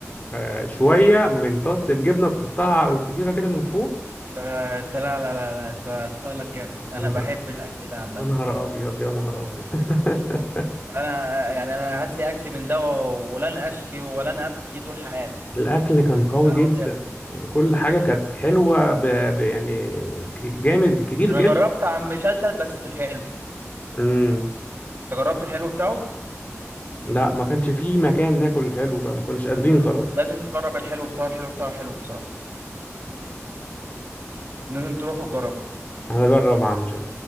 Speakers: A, on the left; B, on the right.
A: آه، شوية من طاسة الجبنة وتحطها على الفطيرة كده من فوق
B: أنت لا لا لا لا انت ستايلك جامد انا
A: يا نهار
B: بحب الاكل ده عامه
A: يا نهار أبيض يا نهار أبيض <laughs>
B: انا يعني انا هات لي اكل من ده ولن اشكي ولن ابكي طول حياتي
A: الأكل كان قوي
B: أقعد
A: جدا
B: أبكي.
A: يعني كل حاجة كانت حلوة ب... ب... يعني ك- جامد كتير
B: انا
A: جدا
B: جربت عم شلتت بس في الحلو
A: امم
B: جربت الحلو بتاعه
A: لا ما كانش فيه مكان ناكل حلو بقى ما كناش قادرين خلاص
B: لازم تجرب الحلو بتاعه الحلو بتاعه حلو بصراحة لازم تروح وتجرب
A: هنجرب اعمل